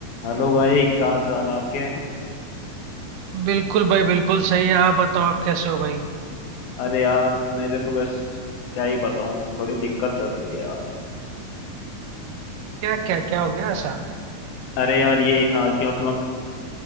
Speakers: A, on the left; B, on the right.
A: Hello भाई क्या हाल चाल आपके
B: बिल्कुल भाई बिल्कुल सही है आप बताओ आप कैसे हो भाई
A: अरे यार मेरे तो बस क्या ही बताऊं थोड़ी दिक्कत चल रही है यार
B: क्या क्या क्या हो गया ऐसा
A: अरे यार यही था कि मतलब